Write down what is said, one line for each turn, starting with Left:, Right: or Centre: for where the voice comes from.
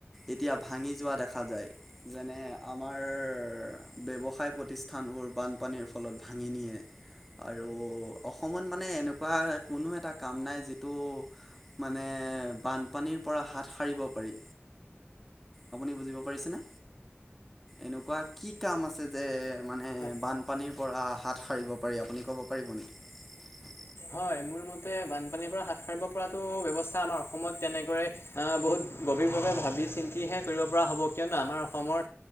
Centre: এতিয়া ভাঙি যোৱা দেখা যায় যেনে আমাৰ ব্যৱসায় প্ৰতিষ্ঠানবোৰ বানপানীৰ ফলত ভাঙি নিয়ে আৰু অসমত মানে এনেকুৱা কোনো এটা কাম নাই যিটো মানে বানপানীৰ পৰা হাত সাৰিব পাৰি আপুনি বুজিব পাৰিছেনে এনেকুৱা কি কাম আছে যে মানে
Left: হয়
Centre: বানপানীৰ পৰা হাত সাৰিব পাৰি আপুনি ক'ব পাৰিব নেকি
Left: হয় মোৰ মতে বানপানীৰ পৰা হাত সাৰিব পৰাতো ব্যৱস্থা আমাৰ অসমত তেনেকৰে আহ বহুত। অভিকভাৱে ভাবি চিন্তিহে কৰিব পৰা হ'ব কিয়নো আমাৰ অসমৰ